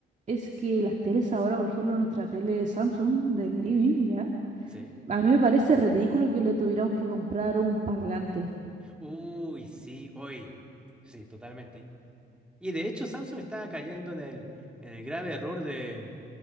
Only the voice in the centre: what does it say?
Ujú.
Sí.
Uy, sí, hoy. Sí, totalmente. Y de hecho, Samsung está cayendo en el, en el grave error de,